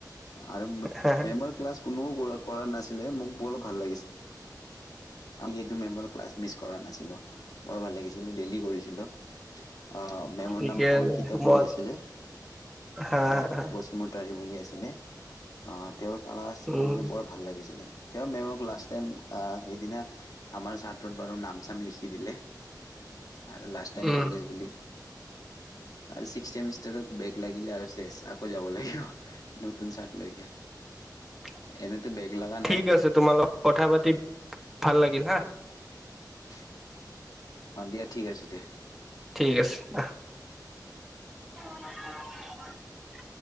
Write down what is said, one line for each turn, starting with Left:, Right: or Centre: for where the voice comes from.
Left: আৰু
Centre: হা
Left: মেমৰ ক্লাছ কোনেও কৰা নাছিলে। মোক বৰ ভাল লাগিছিলে। এইটো মেম' ক্লাছ মিছ কৰা নাছিলো। বৰ ভাল লাগিছিল। ডেইলি কৰিছিলো। অহ, মেমৰ
Centre: ঠিকে
Left: নাম অংকিতা
Centre: মই
Left: বুলি আছিলে।
Centre: হা
Left: অহ,
Centre: হা
Left: বচুমতাৰি বুলি আছিলে। অহ, তেওঁৰ কালাজ
Centre: উম
Left: কৰি কি বৰ ভাল লাগিছিলে। এতিয়াও মেম'ক লাষ্ট টাইম আহ সেইদিনা আমাৰ চাৰটত বাৰু নাম-চাম লিখি দিলে আৰু লাষ্ট টাইম
Centre: উম
Left: কলেজ বুলি। আৰু চিক্স চেমিষ্টাৰত বেগ লাগিলে আৰু শেষ আকৌ যাব লাগিব। নতুন চাৰ্ট লৈ কে।
Centre: <inaudible>
Left: এনেতো বেগ লাগা
Centre: ঠিক আছে তোমাৰ লগত কথা পাতি ভাল লাগিল হা।
Left: <inaudible> অ', দিয়া ঠিক আছে দিয়া।
Centre: ঠিক আছে আহ। <unintelligible>